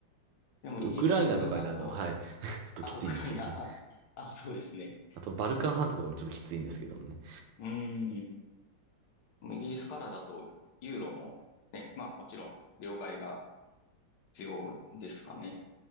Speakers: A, on the left; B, on the right.
A: でもイギリスだと、
B: ちょっとウクライナとかになると、はい、<laughs> ちょっときついんですけどね。
A: あ、ウクライナ。<laughs> あ、そうですね。
B: あと、バルカン半島とかもちょっときついんですけどもね。
A: うーん。でもイギリスからだと、ユーロも、ね、まあもちろん、両替が必要ですかね。